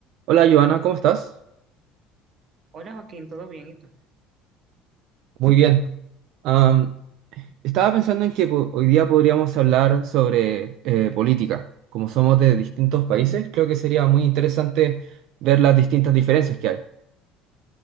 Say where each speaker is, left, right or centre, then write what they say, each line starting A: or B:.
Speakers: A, on the right; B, on the right.
A: Hola, Joana, ¿cómo estás?
B: Hola Joaquín, ¿todo bien? ¿Y tú?
A: Muy bien. Am, estaba pensando en que po- hoy día podríamos hablar sobre eh, política. Como somos de distintos países, creo que sería muy interesante ver las distintas diferencias que hay.